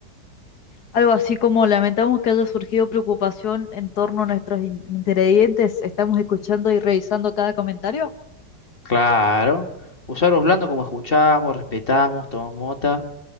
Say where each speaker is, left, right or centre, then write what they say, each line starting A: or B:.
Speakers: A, on the left; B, on the left.
A: Algo así como lamentamos que haya surgido preocupación en torno a nuestros in- ingredientes. Estamos escuchando y revisando cada comentario.
B: Claro. Usarlos blando como escuchamos, respetamos, tomamos mota.